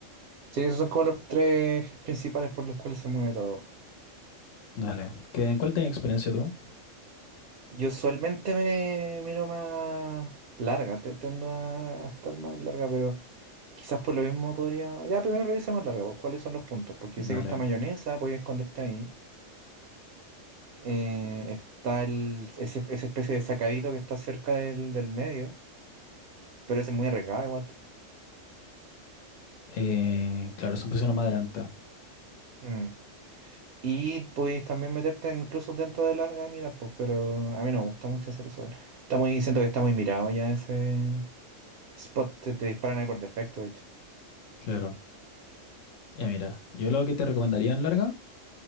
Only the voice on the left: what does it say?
Dale. ¿Qué, en cuál tenías experiencia tú?
Dale.
Eh, claro, son posiciones más adelantadas.
Claro. Ya mira, yo lo que te recomendaría en larga